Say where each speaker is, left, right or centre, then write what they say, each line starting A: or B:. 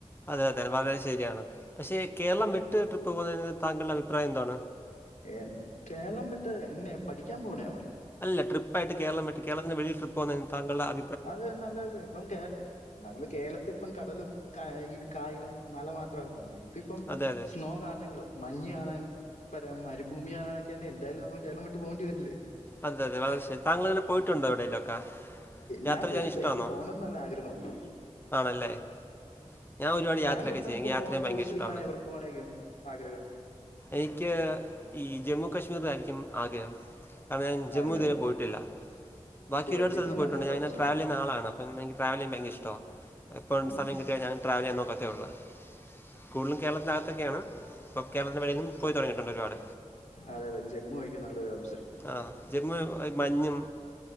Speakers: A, on the left; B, on the left.
A: അതെയതെ വളരെ ശരിയാണ് പക്ഷേ കേരളം വിട്ട് ട്രിപ്പ് പോകുന്നതിന് താങ്കൾടഭിപ്രായം എന്താണ്
B: ഏഹ് കേരളം വിട്ട് എങ്ങനെയാ പഠിക്കാൻ പോണെയാണോ
A: അല്ല ട്രിപ്പായിട്ട് കേരളം വിട്ട് കേളത്തിന്റെ വെളിയിൽ ട്രിപ്പ് പോന്നതി താങ്കളുടെ അ
B: അത് നല്ല ഇപ്പം കേ നമ്മള് കേരളത്തിപ്പം കടലും കാ ഈ കായലും മല മാത്രമ ഇപ്പം
A: അതെ അതെ
B: സ്നോണണെങ്കിലോ മഞ് കാണാൻ പ മരുഭൂമി കാണാനൊക്കെന്തായാലും നമ്മൾ കേരളം വിട്ട് പോകേണ്ടി വരില്ലേ
A: അതെന്ത വളരെ ശരി താങ്കളിങ്ങനെ പോയിട്ടുണ്ടോ എവിടേലൊക്കെ യാത്രെയ്യാനിഷ്ട്ടാന്നൊ
B: ഞാൻ പോയിട്ടില്ല എനിക്ക് പോണം എന്നുള്ള ആഗ്രഹമുണ്ട്
A: ആണല്ലേ ഞാ ഒരുപാട്
B: താങ്കളിപ്പം
A: യാത്രൊക്കെ ചെയ്യും
B: ഇപ്പൊ
A: എക്ക യാത്രേം
B: പോകാൻ
A: ഭയങ്കരഷ്ടാണ്
B: ചൂസ് കിട്ടുവാണെങ്കിൽ എവിടെ പോകാനായിരിക്കും ആഗ്രഹം
A: എനിക്ക് ഈ ജമ്മു കാശ്മീറായിര്ക്കും ആഗ്രഹം അതെ ഞൻ ജമ്മുത്വരെ
B: ആണല്ലേ
A: പോയിട്ടില്ല ബാക്കി
B: ശരി
A: ഒരുപാട്
B: ജിമ്മ്
A: സ്ഥലത്ത് പോയിട്ടുണ്ട്
B: നല്ലൊരു
A: ഞാനിങ്ങനെ
B: ഓപ്ഷനാണ്
A: ട്രാവലിയ്യ്ണാളാണ് പ്പം എനിക്ക് ട്രാവലിയ്യാൻ ഭയങ്കരിഷ്ട്ടവാ പ്പം
B: ഉം.
A: സമയം കിട്ടിയാ ഞൻ ട്രാവലിയ്യാൻ നോക്കത്തേള്ളൂ ഫുള്ളും കേര്ളത്തിനകത്തൊക്കെയാണ് ഇപ്പ കേര്ളത്തിന്റെ വെളിയിലും പോയി തൊടങ്ങയിട്ടുണ്ടൊരുപാട്
B: അതെയതെ ജമ്മു ആയിരിക്കും നല്ലൊരോപ്ഷൺ
A: ആഹ് ജെമ്മു ഈ മഞ്ഞും